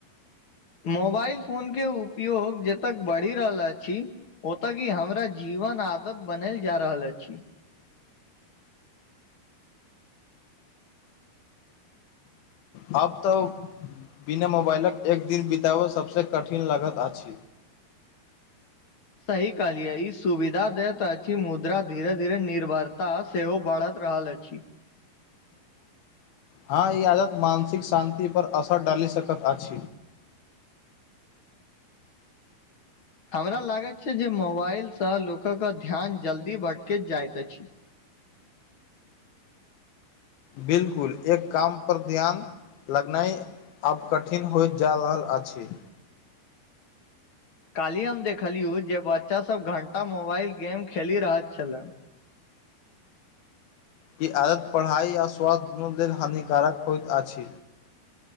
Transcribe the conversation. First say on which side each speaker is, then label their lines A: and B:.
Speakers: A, on the left (about 50°); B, on the left (about 70°).
A: मोबाइल फोनके उपयोग जतय बढ़ि रहल अछ ओतय की हमरा जीवन आदत बनल जा रहल अछ
B: आब तऽ बिना मोबाइलक एक दिन बितबै सभसँ कठिन लगत अछ
A: सही कहलिय ई सुविधा दयताी मुद्रा धीरे धीरे निर्भरताा सेहो बढ़त रहल अछ
B: हँ ई आादत मानसिक शान्तिपर असर डालि सकैत अछ
A: हमरा लागैत छै जे मोबाइलसँ लोकके ध्यान जल्दी भटकैत जाइत अछ
B: बिलकुल एक कामप ध्या लगनाइ आब कठिन होइत जा रहल छि
A: काल्हि हम देखलियु जे बच्चा सब घंटा मोबाइल गेम खेली रहल छल
B: ई आदत पढ़ाइ आओ स्वास्थ्य दुनू लेल हानिकारक होइत अछ